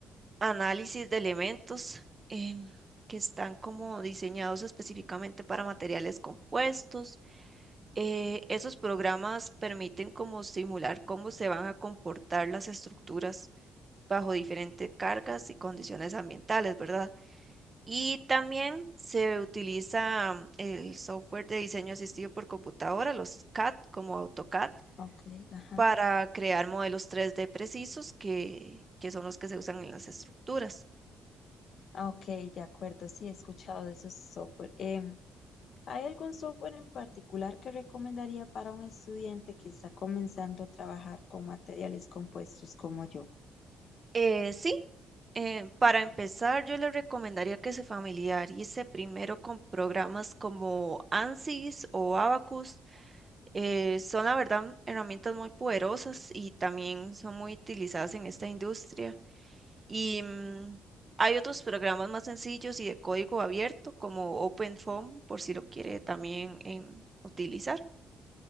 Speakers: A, on the right; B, on the left.
A: análisis de elementos em, que están como diseñados específicamente para materiales compuestos. Eh, esos programas permiten como simular cómo se van a comportar las estructuras bajo diferentes cargas y condiciones ambientales, ¿verdad? Y también se utiliza el software de diseño asistido por computadora, los CAD como AutoCAD,
B: Ok, ajá.
A: para crear modelos tres d precisos que, que son los que se usan en las estructuras.
B: Ah, ok, de acuerdo, sí, he escuchado de esos software. Em, ¿hay algún software en particular que recomendaría para un estudiante que está comenzando a trabajar con materiales compuestos como yo?
A: Eh, sí, eh, para empezar, yo le recomendaría que se familiarice primero con programas como ANSYS o Abacus Eh, son la verdad herramientas muy poderosas y también son muy utilizadas en esta industria. Y mm, hay otros programas más sencillos y de código abierto como OpenFOAM por si lo quiere también em, utilizar.